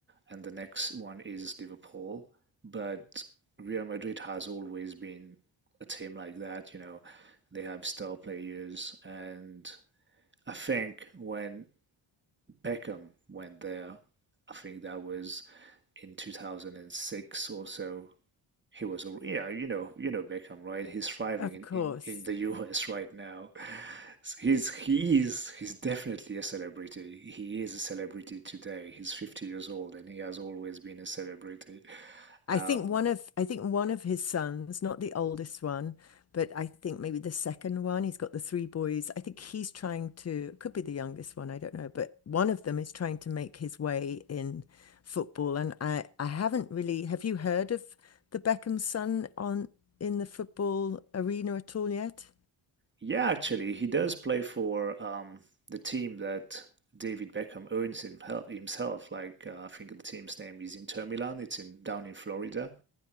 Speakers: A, on the right; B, on the left.
A: and the next one is Liverpool. But Real Madrid has always been a team like that, you know. They have star players, and I think when Beckham went there. I think that was in 2006 or so. He was, yeah, you know, you know Beckham, right? He's thriving
B: Of
A: in,
B: course.
A: in, in the <laughs> US right now. So He's he is he's definitely a celebrity. He is a celebrity today. He's 50 years old and he has always been a celebrity.
B: I
A: Um,
B: think one of I think one of his sons, not the oldest one, but I think maybe the second one, he's got the three boys. I think he's trying to, could be the youngest one, I don't know, but one of them is trying to make his way in football. And I I haven't really, have you heard of the Beckham son on in the football arena at all yet?
A: Yeah, actually, he does play for um, the team that David Beckham owns himhel- himself. Like uh, I think the team's name is Inter Milan. It's in down in Florida.